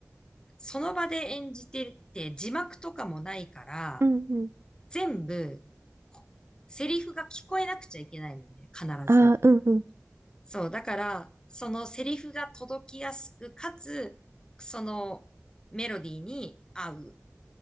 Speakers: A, on the left; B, on the right.
A: その場で演じてって字幕とかもないから、
B: うんうん。
A: 全部こセリフが聞こえなくちゃいけないのね、必ず。
B: ああ、うんうん。
A: そう、だから、そのセリフが届きやすく、かつ、そのメロディーに合う